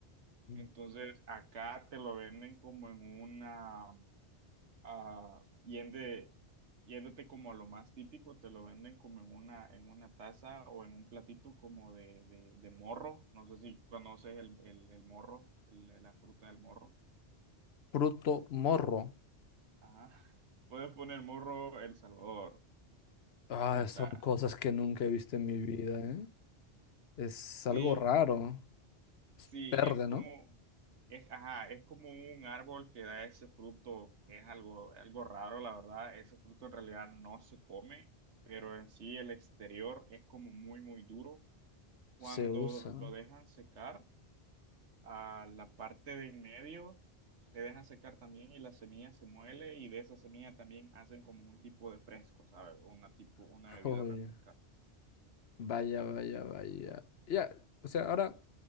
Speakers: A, on the left; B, on the right.
A: <laughs>
B: Entonces, acá te lo venden como en una, ah, yende- yéndote como a lo más típico, te lo venden como en una, en una taza o en un platito como de, de, de morro. No sé si conoces el, el, el morro, el- la fruta del morro.
A: Fruto morro.
B: Ajá. Puedes poner morro El Salvador,
A: Ah,
B: fruta.
A: son cosas que nunca he visto en mi vida, ¿eh? Es algo
B: Sí,
A: raro. Es
B: Sí,
A: verde,
B: es como,
A: ¿no?
B: es, ajá, es como un árbol que da ese fruto, que es algo, algo raro, la verdad. Ese fruto en realidad no se come, pero en sí el exterior es como muy, muy duro. Cuando
A: Se usa.
B: lo dejan secar, a la parte de en medio se deja secar también y la semilla se muele y de esa semilla también hacen como un tipo de fresco, ¿sabes? Una tipo, una
A: <laughs>
B: bebida
A: Oye,
B: refrescante.
A: vaya, vaya, vaya. Ya, o sea, ahora